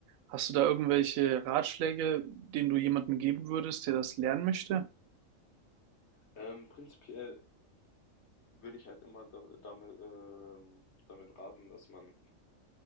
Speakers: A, on the right; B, on the left.
A: Hast du
B: Mhm.
A: da irgendwelche Ratschläge, denen du jemandem geben würdest, der das lernen möchte?
B: Ähm, prinzipiell würde ich halt immer da, damit, ähm, damit raten, dass man